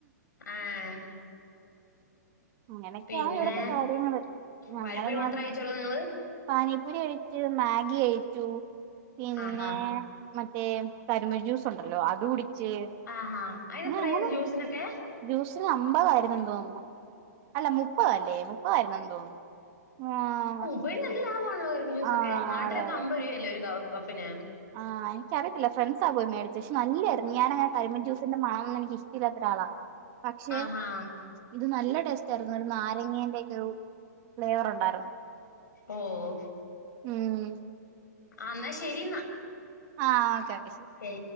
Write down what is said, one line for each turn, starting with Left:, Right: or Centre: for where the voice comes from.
Left: ആഹ്
Right: അങ്ങനെയൊക്കെയാ
Left: പിന്നെ
Right: ഇവിടത്തെ കാര്യങ്ങള് ഞങ്ങള്
Left: പഴപ്പൊരി
Right: ഇങ്ങനെ
Left: മാത്രേ കഴിച്ചോളൂ നിങ്ങള്?
Right: പാനീപുരി കഴിച്ചു മാഗി കഴിച്ചു പിന്നെ
Left: ആഹാ
Right: മറ്റേ കരിമ്പ് ജ്യൂസ് ഉണ്ടല്ലോ അത് കുടിച്ച്
Left: ആഹാ അയിന് എത്രയായിരുന്നു
Right: ങ്ങനെ
Left: ജ്യൂസിനൊക്കെ?
Right: ജ്യൂസിന് അമ്പതായിരുന്നു എന്ന് തോന്നുന്നു അല്ല മുപ്പതല്ലേ മുപ്പതായ്രുന്നു എന്ന് തോന്നുന്നു ആഹ്
Left: ഒരു നല്ല ലാഭമാണല്ലോ കരിമ്പ് ജൂസൊക്കെ
Right: ആഹ്
Left: നാട്ടിലൊക്കെ
Right: അതെ അതെ
Left: അമ്പത് രൂവയല്ലേ ഒരു കപ്പിന്
Right: ആഹ് എനിക്കറിയത്തില്ല ഫ്രണ്ട്സാ പോയി മേടിച്ചെ പക്ഷേ നല്ലായിരുന്നു ഞാനങ്ങനെ കരിമ്പിൻ ജൂസിന്റെ മണം ഒന്നും എനിക്കിഷ് യില്ലാത്ത ഒരാളാ പക്ഷെ
Left: ആഹാ
Right: ഇത് നല്ല ടേസ്റ്റ് ആയിരുന്നു ഒരു നാരങ്ങേന്റെ ഒക്കെ ഒരു ഫ്ലേവർ ഒണ്ടായിരുന്നു
Left: ഓഹ്
Right: ഉം
Left: ആഹ് എന്നാ ശരി ഇന്നാ
Right: ആഹ് ഓക്കേ ഓക്കെ ശരി
Left: ശരി